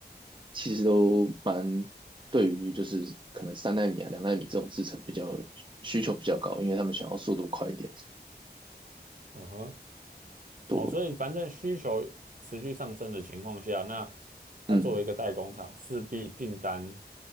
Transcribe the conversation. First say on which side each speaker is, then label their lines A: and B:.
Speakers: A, on the right (about 30°); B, on the right (about 50°).
A: 其实都蛮对于就是可能三纳米啊、两纳米这种制程比较需求比较高，因为他们想要速度快一点这样。
B: 嗯哼，
A: 对，
B: 哦，所以反正需求持续上升的情况下，那它作为一个代工厂，
A: 嗯
B: 势必订单